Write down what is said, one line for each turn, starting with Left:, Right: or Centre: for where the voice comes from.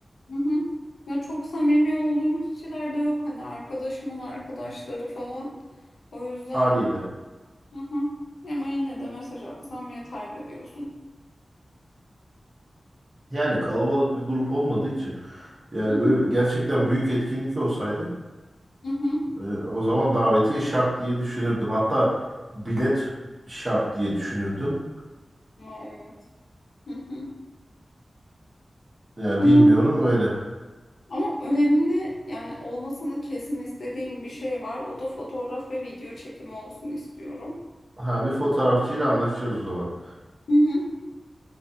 Left: Hı hı. Ya çok samimi olduğum kişiler de yok hani arkadaşımın arkadaşları falan. O yüzden
Right: haliyle.
Left: hı hı. Ama yine de mesaj atsam yeterli diyorsun.
Right: Yani kalabalık bir grup olmadığı için yani
Left: Hı hı.
Right: böyle gerçekten büyük etkinlik olsaydı
Left: Hı hı.
Right: e, o zaman davetiye şart diye düşünürdüm. Hatta bilet şart diye düşünürdüm.
Left: Ya Evet. Hı hı.
Right: Yani
Left: Hı.
Right: bilmiyorum öyle.
Left: Ama önemli yani olmasını kesin istediğim bir şey var. O da fotoğraf ve video çekimi olsun istiyorum.
Right: Ha bir fotoğrafçıyla anlaşacağız o zaman.
Left: Hı hı.